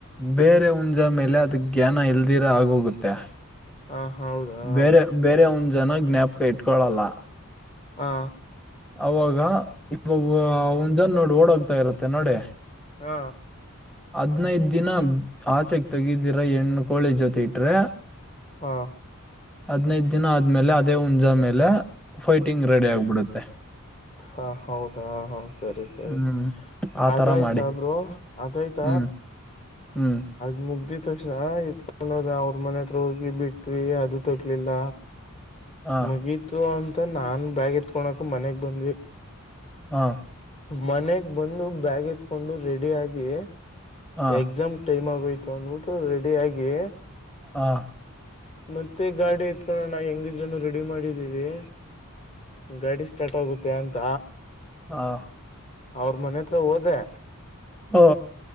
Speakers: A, in the centre; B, on the left.
A: ಬೇರೆ ಉಂಜ ಮೇಲೆ ಅದ ಜ್ಞಾನ ಇಲ್ದಿರ ಆಗೋಗುತ್ತೆ
B: ಹಾ ಹೌದಾ ಹಾ
A: ಬೇರೆ ಬೇರೆ ಒನ್ ಜನ ಜ್ಞಾಪಕ ಇಟ್ಕೊಳಲ್ಲ
B: ಹಾ
A: ಅವಾಗ ಇವಾಗ ಒಂದ್ ಜನ ನೋಡಿ ಓಡ್ತಾ ಇರತ್ತೆ ನಡೆ
B: ಹಾ
A: ಹದ್ನೈದ ದಿನ ಆಚೆಕ್ ತೆಗಿದ್ದಿರ ಹೆಣ್ಣ ಕೋಳಿ ಜೊತೆ ಇಟ್ರೆ
B: ಹಾ
A: ಹದ್ನೈದು ದಿನ ಆದ್ಮೇಲೆ ಅದೇ ಹುಂಜಾ ಮೇಲೆ ಫೈಟಿಂಗ್ ರೆಡಿ ಆಗ್ಬಿಡುತ್ತೆ
B: ಹಾ ಹೌದಾ ಹ ಸರಿ ಸರಿ
A: ಹ್ಮ್ ಆತರ
B: ಅದಾಯ್ತಬ್ರು
A: ಮಾಡಿ
B: ಅದಾಯ್ತ
A: ಹ್ಮ್ ಹ್ಮ್
B: <inaudible> ತಕ್ಷಣ ಎತ್ಕೊಂಡೋದ ಅವ್ರ ಮನೆ ಹತ್ರ ಹೋಗಿ ಬಿಟ್ವಿ ಅದು ತಗ್ಲಿಲ್ಲ
A: ಹ
B: ಮುಗೀತು ಅಂತ ನಾನ್ ಬ್ಯಾಗ್ ಎತ್ಕೊಕ ಮನೆಗ್ ಬಂದ್ವಿ
A: ಹಾ
B: ಮನೆಗ್ ಬಂದು ಬ್ಯಾಗ್ ಎತ್ಕೊಂಡು ರೆಡಿ ಆಗಿ
A: ಹ
B: ಎಕ್ಸಾಮ್ ಟೈಮ್ ಆಗ ನೋಟ ರೆಡಿ ಆಗಿ
A: ಹಾ
B: ಮತ್ತೆ ಗಾಡಿ ಎತ್ಕೊಂಡ ನಾ ಹೆಂಗಿದ್ರನು ರೆಡಿ ಮಾಡಿದ್ದೀವಿ ಗಾಡಿ ಸ್ಟಾರ್ಟ್ ಹೋಗುತ್ತೆ ಅಂತ
A: ಹಾ
B: ಅವ್ರ ಮನೆ ಹತ್ರ ಹೋದೆ
A: ಹಾ